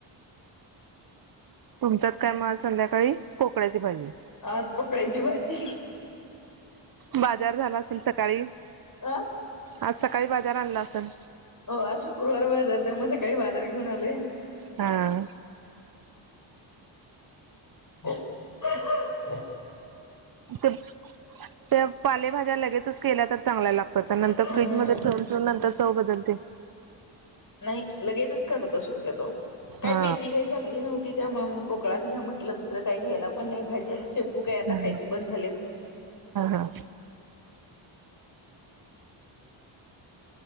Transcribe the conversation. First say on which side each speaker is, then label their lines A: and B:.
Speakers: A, on the right; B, on the left.
A: तुमच्यात काय म संध्याकाळी कोकळाची भाजी
B: आज पकळायची भाजी
A: बाजार झाला असेल सकाळी
B: अह
A: आज सकाळी बाजार आणला अस सेल
B: हो आज शुक्रवार बाजार तेमुळे अस काही बाजार घेऊन आले
A: हा
B: हा
A: ते त्या पालेभाज्या लगेचच केल्या तर चांगला लागतो त्या नंतर
B: हम्म
A: फ्रीज म ठेवून ठेवून नंतर चव बदलते
B: लगेच करतो शक्यतो काही
A: हा
B: मेथी काही चांगली नव्हती त्यामुळे मग पोकळाच घ्या म्हण आपलं दुसरं काही घ्यायला पण नाही भाजी तू काय आता
A: हा
B: खायची बंद झालीत
A: हा